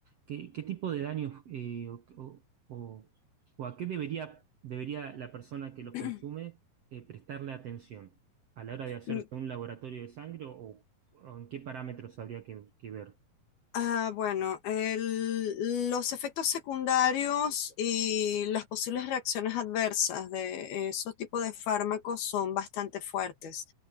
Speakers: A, on the right (about 65°); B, on the left (about 75°).
A: ¿qué, qué tipo de daños eh, o, o- o- o a qué debería, debería la persona que los
B: <clears throat>
A: consume eh, prestarle atención a la hora de hacerse
B: Mm,
A: un laboratorio de sangre o, o en qué parámetros habría que, que ver?
B: Ah, bueno, el- los efectos secundarios y las posibles reacciones adversas de esos tipos de fármacos son bastante fuertes.